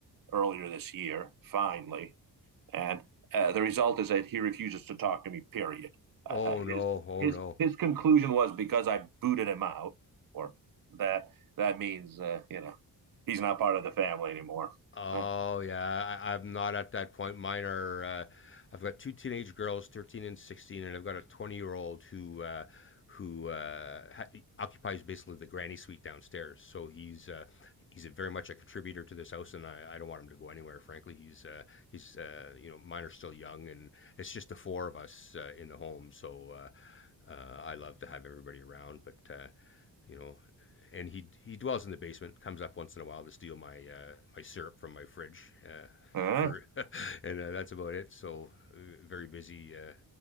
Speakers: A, on the right; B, on the left.
A: earlier this year. Finally, And uh, the result is that he refuses to talk to me, period. Uh,
B: Oh
A: uh, his,
B: no, oh
A: his,
B: no.
A: his conclusion was because I booted him out, or that that means, uh, you know, he's not part of the family anymore.
B: Oh
A: All
B: yeah, I, I'm not at that point. Mine are. Uh, I've got two teenage girls, 13 and 16, and I've got a 20 year old who uh, who uh, ha- occupies basically the granny suite downstairs. So he's uh, he's a very much a contributor to this house, and I, I don't want him to go anywhere. Frankly, he's uh, he's uh, you know mine are still young, and it's just the four of us uh, in the home. So uh, uh, I love to have everybody around, but. Uh, you know, and he he dwells in the basement. Comes up once in a while to steal my uh, my syrup from my fridge uh,
A: right.
B: for, <laughs> and uh, that's about it. So uh, very busy, uh,